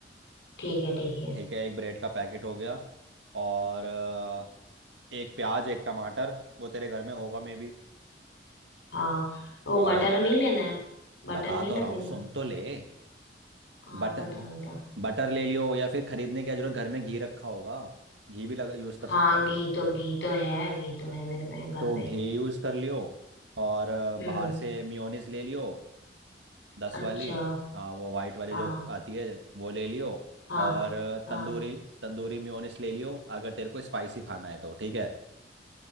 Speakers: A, on the left; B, on the right.
A: ठीक है ठीक है
B: ठीक है एक ब्रेड का पैकेट हो गया और अ, एक प्याज एक टमाटर वो तेरे घर में होगा मे बी
A: हाँ वो
B: और
A: बटर नहीं लेना है बटर
B: बता
A: नहीं
B: तो रहा
A: लगेगा
B: हूँ सुन तो ले
A: हाँ
B: बटर
A: बता बता
B: बटर ले लियो या फिर खरीदने की क्या जरूरत घर में घी रखा होगा घी भी लगा यूज़ कर
A: हाँ
B: सकता है तो
A: घी तो घी तो है घी तो है मेरे पे-
B: तो
A: घर पे
B: घी यूज़ कर लियो और अ, बाहर
A: हम्म
B: से मियोनीज ले लियो दस
A: अच्छा
B: वाली हाँ वो वाइट वाली
A: हाँ
B: जो आती है वो ले लियो
A: हाँ
B: और अ,
A: हाँ
B: तंदूरी तंदूरी मेयोनेज़ ले लियो अगर तेरे को स्पाइसी खाना है तो ठीक है